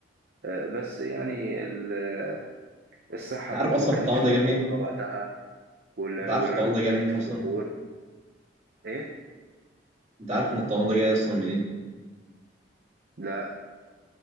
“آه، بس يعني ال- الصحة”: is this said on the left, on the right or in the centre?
Right